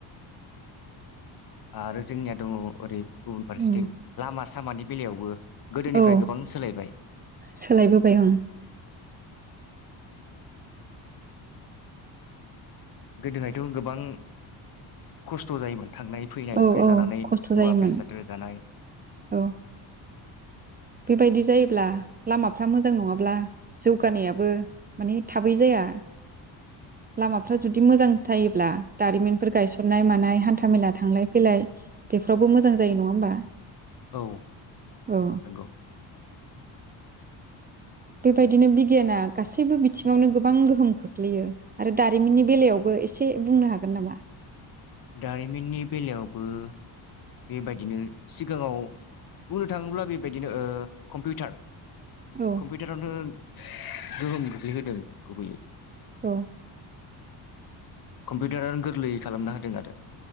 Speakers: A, on the left; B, on the right.
A: आरो जोंनिया दङ ओरै गुबुन फारसेथिं
B: उम
A: लामा सा सामानि बेलायावबो गोदोनिफ्राय
B: औ
A: गोबां सोलायबाय
B: सोलायबोबाय आं
A: गोदोहायथ' गोबां खस्थ' जायोमोन थांनाय फैनायनिफ्राय
B: औ औ
A: लानानै
B: खस्थ'
A: मुवा
B: जायोमोन
A: बेसाद रोगानाय
B: औ बेबायदि जायोब्ला लामाफ्रा मोजां नङाब्ला जौगानायाबो माने थाबै जाया लामाफ्रा जुदि मोजां थायोब्ला दारिमिनफोर गायसननाय मानाय हान्था मेला थांलाय फैलाय बेफोरावबो मोजां जायो नङा होमबा
A: औ
B: औ
A: नंगौ
B: बेबायदिनो बिगियाना गासैबो बिथिङावनो गोबां गोहोम खोख्लैयो आरो दारिमिननि बेलायावबो एसे बुंनो हागोन नामा?
A: दारिमिननि बेलायावबो बेबायदिनो सिगाङाव बुंनो थाङोब्ला बेबायदिनो ओ कम्पिउटार
B: औ
A: कम्पिउटारावनो <unintelligible> गोहोम खोख्लैहोदों गुबैयै
B: औ
A: कम्पिउटारानो गोरलैयै खालामना होदों आरो